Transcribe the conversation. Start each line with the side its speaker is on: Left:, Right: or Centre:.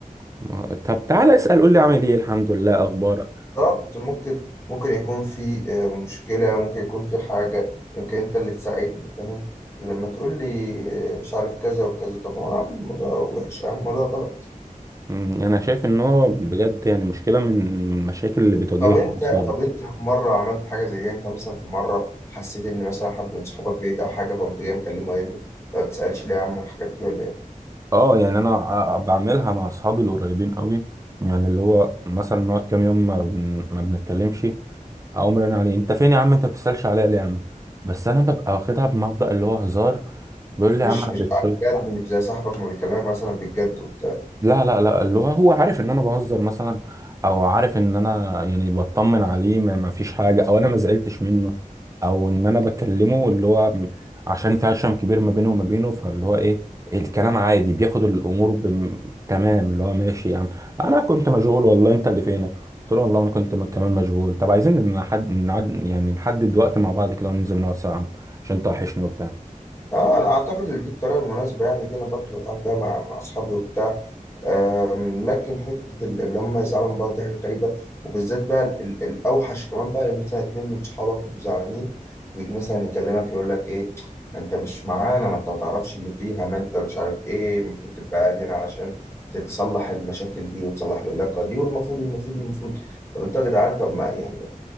Right: ما- طب تعالى اسأل قول لي عامل ايه الحمد لله اخبارك
Left: بالظبط ممكن ممكن يكون في آه، مشكلة ممكن يكون في حاجة يمكن أنت اللي تساعدني فاهم لكن لما تقول لي آه، مش عارف كذا وكذا طب هو يا عم الموضوع وحش يا عم الموضوع غلط
Right: مم، انا شايف ان هو بجد يعني مشكله من من المشاكل اللي بتواجهني
Left: طب أنت
Right: في اصحابي
Left: طب أنت في مرة عملت حاجة زي دي أنت مثلا في مرة حسيت إن مثلا حد من صحابك بعيد أو حاجة فقمت جاي مكلمه يقول له "أنت ما بتسألش ليه يا عم والحاجات دي ولا إيه؟
Right: اه يعني انا ع- بعملها مع اصحابي القريبين قوي يعني اللي هو مثلا نقعد كام يوم ما, بن... ما بنتكلمش اقوم رن عليه انت فين يا عم انت ما بتسالش عليا ليه يا عم بس انا ببقى واخدها بمبدأ اللي هو هزار بيقول لي
Left: مش
Right: يا عم انا
Left: مش
Right: في الشغل
Left: على الجد مش زي صاحبك ما بيكلمك مثلا بالجد وبتاع
Right: لا لا لا اللغة هو عارف ان انا بهزر مثلا او عارف ان انا يعني بطمن عليه ما ما فيش حاجة او انا ما زعلتش منه او ان انا بكلمه اللي هو م- عشان في عشم كبير ما بينه وما بينه فاللي هو ايه الكلام عادي بياخد الامور بم... تمام اللي هو ماشي يا عم انا كنت مشغول والله انت اللي فينك قلت له والله انا كنت م- كمان مشغول طب عايزين نحد نعد... يعني نحدد وقت مع بعض كده وننزل نقعد ساعة عشان توحشني وبتاع
Left: اه انا اعتقد ان دي الطريقه المناسبه يعني دي انا برضو بتعامل بيها مع مع اصحابي وبتاع أم، لكن حتة ال- اللي هم يزعلوا من بعض دي حاجة غريبة وبالذات بقى ال- ال- الأوحش كمان بقى لما مثلا اتنين من صحابك يبقوا زعلانين ويجي مثلا يكلمك يقول لك إيه ما أنت مش معانا ما أنت ما تعرفش اللي فيها ما أنت مش عارف إيه المفروض تبقى قاعد هنا عشان تتصلح المشاكل دي وتصلح العلاقة دي والمفروض المفروض المفروض طب أنتوا يا جدعان طب ما يعني